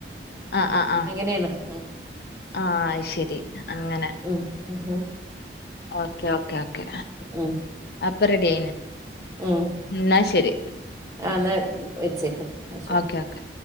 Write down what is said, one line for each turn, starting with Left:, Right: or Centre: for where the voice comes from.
Left: ആഹ് ആഹ് ആഹ്
Right: ങ്ങനേണ് ഉം
Left: ആ അത് ശരി അങ്ങനെ
Right: ഉം ഹ് ഹ്
Left: ഓക്കേ ഓക്കേ ഓക്കേ
Right: ഉം
Left: അപ്പൊ റെഡി ആയിന്
Right: ഉം
Left: ന്നാ ശരി
Right: ആ ന്നാ വെച്ചേക്ക് എന്നാ ശരി
Left: ഓക്കെ ഓക്കെ